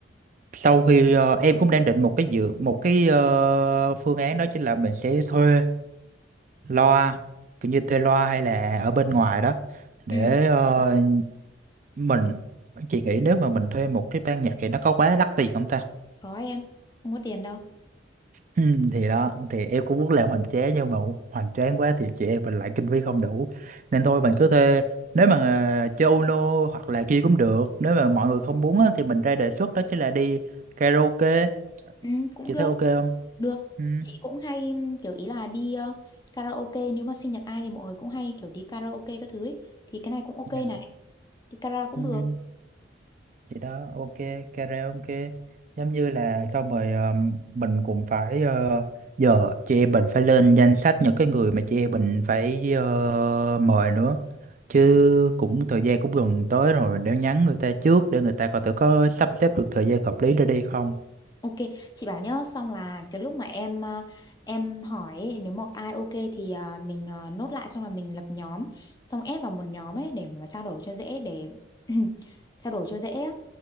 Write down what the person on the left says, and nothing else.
ừ
có em không có tiền đâu
ừ cũng
được
được
chị cũng hay ừm, kiểu ý là đi ờ, karaoke nếu mà sinh nhật ai thì mọi người cũng hay kiểu đi karaoke các thứ ấy. thì cái này cũng ok
này đi karaoke cũng
được
Ok, chị bảo nhá, xong là cái lúc mà em ờ, em hỏi ấy, nếu mà ai ok thì ờ, mình ờ, nốt lại xong là mình lập nhóm, xong ép vào một nhóm ấy để mà trao đổi cho dễ để <clears throat> trao đổi cho dễ á.